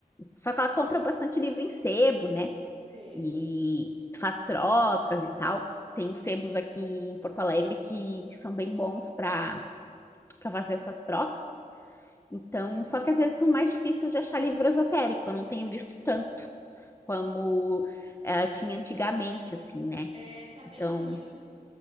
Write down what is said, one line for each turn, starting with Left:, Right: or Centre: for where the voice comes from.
Left: Só que ela compra bastante livro em sebo, né?
Right: Sei.
Left: E faz trocas e tal. Tem uns sebos aqui em Porto Alegre que, que são bem bons para para fazer essas trocas. Então, só que às vezes são mais difíceis de achar livro esotérico. Eu não tenho visto tanto como eh, tinha antigamente, assim, né?
Right: É, tá bem
Left: Então,
Right: ruim.